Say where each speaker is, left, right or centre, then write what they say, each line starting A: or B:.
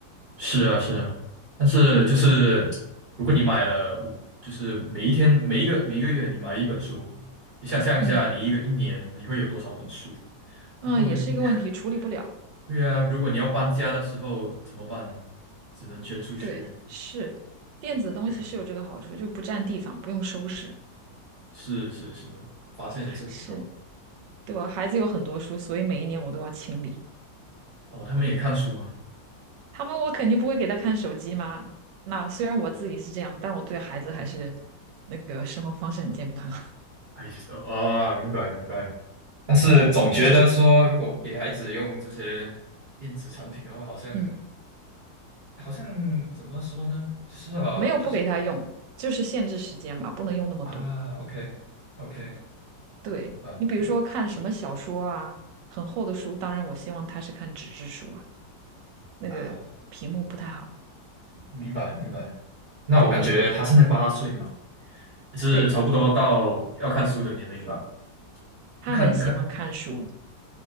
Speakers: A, on the right; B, on the right.
A: 是啊，是啊，但是就是如果你买了五，
B: <laughs>
A: 就是每一天每一个每一个月你买一本书，你想象一下，
B: 嗯
A: 你一个一年你会有多少本书？然后一，
B: 嗯，也是一个问题，处理不了，
A: <laughs> 对啊，如果你要搬家的时候怎么办？只能捐出去，
B: 对，是电子东西是有这个好处，
A: 对呀、
B: 就不占地方，不用收拾，
A: 是是是，发现也是挺好的。
B: 是对吧？孩子有很多书，所以每一年我都要清理。
A: 哦，他们也看书吗？
B: 他们我肯定不会给他看手机嘛。那虽然我自己是这样，但我对孩子还是那个生活方式很健康。
A: 哎啊，明白明白。但是总觉得说，如果不给孩子用这些电子产品的话，好像
B: <laughs> 嗯，
A: 好像怎么说呢？就是啊，
B: 没有不给他用，
A: 就是
B: 就是限制时间吧，不能用那么多。
A: 啊，OK OK，
B: 对，
A: 明白明白
B: 你比如说看什么小说啊，很厚的书，当然我希望他是看纸质书啊，那个屏幕不太好。
A: 啊，明白明白。那我感觉他现在八岁嘛，
B: 对对对
A: 也是差不多到要看书的年龄了。
B: 对，他很喜欢看书。
A: 看看，